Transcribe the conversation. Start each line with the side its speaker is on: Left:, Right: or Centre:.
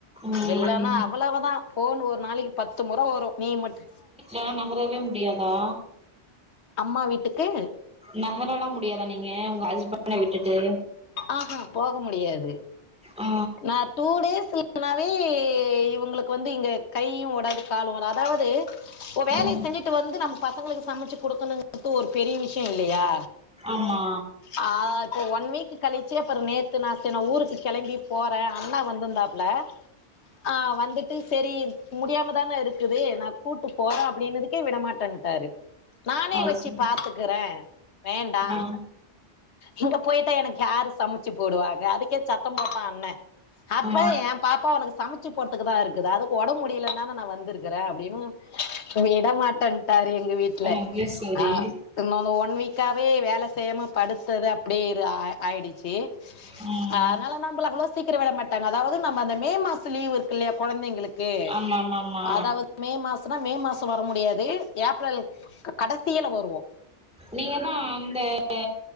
Centre: ம்
Left: இல்லன்னா அவ்வளவுதா ஃபோன் ஒரு நாளைக்கு பத்து முறை வரு நீ மட்டு
Centre: ஏ நகரவே முடியாதா
Left: அம்மா வீட்டுக்கு
Centre: நகரெல்லா முடியாதா நீங்க உங்க ஹஸ்பண்ட விட்டுட்டு
Left: ஆஹா போக முடியாது
Centre: ஆ
Left: நா டூ டேஸ்ல போனாவே இவுங்களுக்கு வந்து இங்க கையும் ஓடாது காலு ஓடாது அதாவது ஒ வேலய
Centre: ம்
Left: செஞ்சுட்டு வந்து நம்ம பசங்களுக்கு சமைச்சு குடுக்கணுங்கறது ஒரு பெரிய விஷய இல்லயா
Centre: ஆமா
Left: ஆ அது ஒன் வீக் கழிச்சே அப்பற நேத்து நா ச நான ஊருக்கு கெளம்பி போறே அண்ணா வந்தருந்தாப்புல ஆ வந்துட்டு செரி முடியாமதானே இருக்குது நா கூட்டு போறே அப்டின்னுதுக்கே விடமாட்டேன்ட்டாரு நானே
Centre: அது
Left: வெச்சு
Centre: சரி
Left: பாத்துக்கறே வேண்டா
Centre: ஆ
Left: இங்க போயிட்டா எனக்கு யாரு சமைச்சு போடுவாங்க அதுக்கே சத்தம் போட்டா அண்ணே அப்ப
Centre: ஆ
Left: எ பாப்பா உனக்கு சமைச்சு போறதுக்கு தா இருக்குது அதுக்கு ஒடம்ப முடியல தான நா வந் திருக்கற அப்டின்னு விட மாட்டன்ட்டாரு எங்க வீட்டுல
Centre: ஆ அது சரி
Left: ஆ இன்னொந்து ஒன் வீக்காவவே வேல செய்யாம படுத்தது அப்டியே ஆ ஆயிடுச்சு
Centre: ம்
Left: அதனால நம்ம அவ்ளோ சீக்கிரம் விட மாட்டாங்க அதாவது நம்ம அந்த மே மாசம்லீவ் இருக்கு இல்லையா கெழந்தைங்களுக் கு
Centre: ஆமாமாமா
Left: அதாவது மே மாசனா மே மாசோ வர முடியாது ஏப்ரல் கடைசியில வருவோ
Centre: நீங்க தா அந்த அ